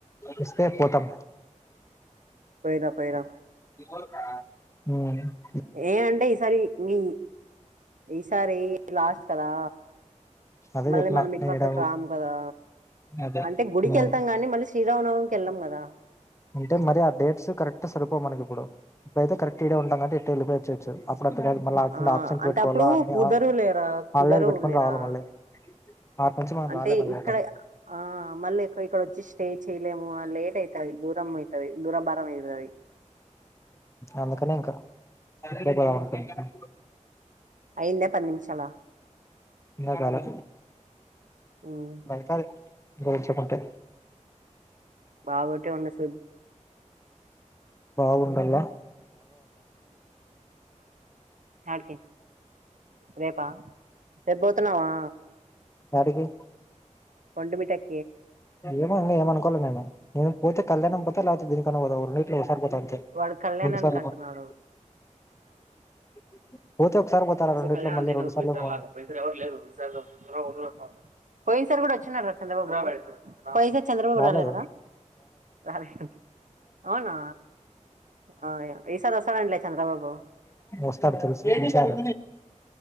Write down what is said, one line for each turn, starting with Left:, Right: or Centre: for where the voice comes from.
Left: ఇస్తే పోతాం
Right: పోయిరా పోయిరా
Left: ఉరికా ఉ
Right: ఏ అంటే ఈసారి మీ ఈసారి లాస్ట్ కదా
Left: అదే
Right: మళ్ళీ
Left: చెప్పిన
Right: మనం ఇటుపక్క
Left: ఏడ
Right: కి రాము కదా
Left: అదే
Right: అంటే గుడికి
Left: ఉమ్,
Right: ఎళ్తాం గాని, మళ్ళీ శ్రీరామనవమి కి వెళ్ళం గదా.
Left: అంటే మరి ఆ డేట్స్ కరెక్ట్ సరిపోవు మనకి ఇప్పుడు ఇప్పుడైతే కరెక్ట్ ఈడే ఉంటాం కాబట్టి ఇట్టే వెళ్ళిపోవొచ్చు. ప్పుడ <unintelligible> మళ్ళీ అ ఆబ్సెంట్
Right: ఆ
Left: ఆబ్సెంట్
Right: అంటే
Left: పెట్టుకోవాల్ల
Right: అప్పుడు కుదరు
Left: అ
Right: లేరా కుదరవు
Left: ఆన్లైన్ పెట్టుకొని
Right: లేరా
Left: రావాలి మళ్ళీ అటు నుంచి మనం
Right: అంటే
Left: రాలేము అయ్యా
Right: ఇక్కడ ఆ మళ్ళీ ఇక్కడ ఇక్కడ వొచ్చి స్టే చెయలేము లేట్ అయిత్ ది దూరం అయితది దూరం భారం మయితది
Left: అందుకనే ఇంకా రేపు బోదాం అనుకుంటున్న
Right: అయింద పది నిమిషాల
Left: ఇంగ కాలే
Right: ఉమ్
Left: అయితది గోచుకుంటే
Right: బాగ పెట్టేవా మెసేజ్
Left: బాగుండల్ల
Right: యాడికి రేపా రేపు పోతున్నావా
Left: యాడికి
Right: పండు మిఠాయ్
Left: ఏమో ఇంగ ఏమనుకోలే నేను. నేను పోతే కళ్యాణం పోతా లేతే గురికి అన్న పోత ఓ రెండిట్లో పోతా అంతే
Right: వాడు కళ్యాణానికి
Left: <unintelligible>
Right: అంటున్నాడు
Left: పోతారా
Right: ఈసార్
Left: రెండిట్లో
Right: కళ్యాణం
Left: మళ్ళీ
Right: <unintelligible>
Left: రెండు సార్లు
Right: పోయినసారి
Left: పోను
Right: లాగా పోయినసారి ఎవరు లేరు <unintelligible> పోయిన్ సార్ గూడ వొచ్చినర్రా చంద్ర బాబు పోయిన సారి చంద్రబాబు
Left: రాలేదు
Right: రాలేద రాలేదు అవునా ఆ ఈసారి వొస్తాడ అంట్లే చంద్రబాబు
Left: వస్తాడు తెలుసు పిలిచారు